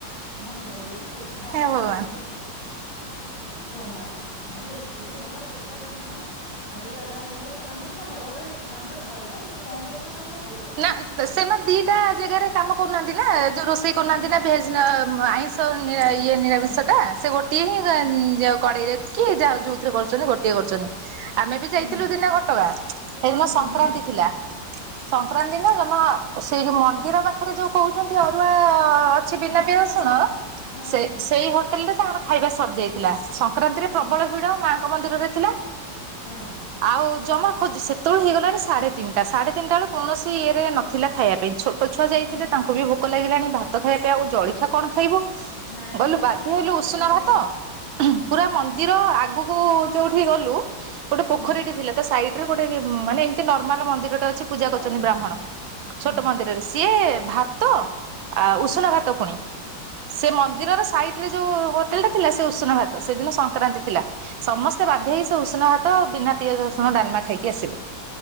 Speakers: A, on the left; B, on the right.
A: ମୁଁ ଧୋଇ ହେଇକି ସି ସିଧା ଆସିଲି
B: ହେ ଭଗବାନ।
A: ଆଉ ଖାଇଲିନି। ଜମା ମୁଁ ଦେଖିକି ଭଲ ପରିଷ୍କାର ପରିଛନ୍ନ ଭଲ ଜାଗା ହେଇଥିବ ତ ଆମେ ସିନା ବଡ ବଡ ରେଷ୍ଟୁରାଣ୍ଟ ରେ ଖାଉଚେ ସେ କଣ କରୁଚନ୍ତି ଆମେ ଦେଖୁଚେ।
B: ନା ସେମାନେ ଦିଟା ଜେଗାରେ କାମ କରୁନାହାନ୍ତି ନାଁ ଯୋଉ ରୋଷେଇ କରୁନାହାନ୍ତି
A: ହଁ
B: ନା ଭେଜ୍ ନାଁ ଆଇଁଷ ନିରା
A: ହଁ
B: ଇଏ ନିରାମିଷଟା
A: ହଁ ହଁ
B: ସେ ଗୋଟ୍ ସିଏହିଁ
A: ହୁଁ ହୁଁ।
B: କଡ଼େଇରେ କିଏ ଯାଉ ଯୋଉଥିରେ କରୁଛନ୍ତି ଗୋଟିଏ କରୁଛନ୍ତି ଆମେ ବି
A: ହୁଁ
B: ଯାଇଥିଲୁ ଦିନେ ଘଟଗାଁ। ହେଇଦିନ
A: ହୁଁ
B: ସଂକ୍ରାନ୍ତି
A: ହୁଁ।
B: ଥିଲା। ସଂକ୍ରାନ୍ତି ନାଁ ଜମା ସେଇ ଯୋଉ ମନ୍ଦିର ପାଖେରେ ଯୋଉ କହୁଛନ୍ତି ଅରୁଆ କିଛି ବିନା
A: ହଁ
B: ପିଆ
A: ହଁ
B: ରସୁଣ
A: ହଁ। ହଁ
B: ସେ
A: ହଁ ହଁ
B: ସେଇ ହୋଟେଲ୍ ରେ ତାଙ୍କର ଖାଇବା ସରିଯାଇ ଥିଲା ସଂକ୍ରାନ୍ତିରେ
A: ହୁଁ
B: ପ୍ରବଳ ଭିଡ ମାଙ୍କ ମନ୍ଦିରରେ ଥିଲା।
A: ହଁ।
B: ଆଉ ଜମା ଖୋଜୁ ସେତବଳୁ ହେଇଗଲାଣି ସାଢେ ତିନିଟା ସାଢେ ତିନିଟାଳୁ କୌଣସି ଇଏରେ ନଥିଲା ଖାଇଆ ପାଇଁ ଛୋଟ ଛୁଆ ଯାଇଥିଲେ
A: ହୁଁ
B: ତାଙ୍କୁ ବି ଭୋ ଭୋକ ଲାଗିଲାଣି ଭାତ ଖାଇଆ ପିଆ ଆଉ ଜଳିଖିଆ କଣ ଖାଇବୁ।
A: ନାଇଁ ନାଇଁ
B: ଗଲୁ
A: ସେଟା
B: ବାଧ୍ୟ
A: ଟା
B: ହେଲୁ
A: ଅଡ୍ ଟାଇମ୍
B: ଉଷୁନା
A: ରେ
B: ଭାତ
A: ହୁଁ ହୁଁ
B: ପୁରା ମନ୍ଦିର ଆଗୁ କୁ ଯୋଉଠି ଗଲୁ ଗୋଟେ
A: ହୁଁ।
B: ପୋଖରୀଟେ ଥିଲା। ତା ସାଇଟ୍ ରେ ଗୋଟେ କିଏ ମାନେ ଏମ୍ତି ନର୍ମାଲ ମନ୍ଦିରଟେ ଅଛି ପୂଜା
A: ଛୋଟ
B: କରୁଚନ୍ତି ବ୍ରାହ୍ମଣ
A: ହଁ ହୁଁ ହୁଁ
B: ଛୋଟ ମନ୍ଦିରରେ ସିଏ ଭାତ ଆ ଉଷୁନା ଭାତ ପୁଣି ସେ ମନ୍ଦିରର ସାଇ ରେ ଯୋଉ ହୋଟେଲ ଟା ଥିଲା ସେ ଉଷୁନା ଭାତ ସେଦିନ ସଂକ୍ରାନ୍ତି ଥିଲା ସମସ୍ତେ ବାଧ୍ୟ ହେଇ ସେ ଉଷୁନା ଭାତ ବିନା ପିଆଜ ରସୁଣ
A: ହୁଁ
B: ଡାଲ୍ମା ଖାଇକି ଆସିଲୁ